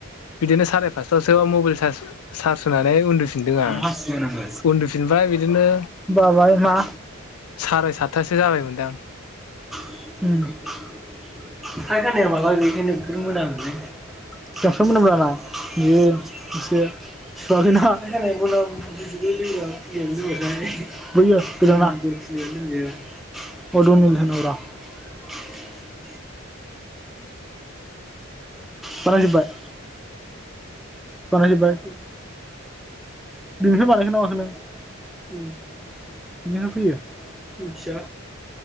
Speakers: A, on the left (about 85°); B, in the centre.
A: बिदिनो साराय फासतायावसो मबाइल चार्ज होनानै उन्दु फिदोंआं
B: माने हासिब होनांगो
A: उन्दुफिनबाय बिदिनो
B: बाबाय मा
A: साराय साथासिम सो जाबाय मोनदां।
B: <unintelligible> <inaudible> फराय जोबाय? बानायजोबबाय बिनिफ्राय बानायखोन ना माखो नों बिनिफ्राय फैयो? मिथिया।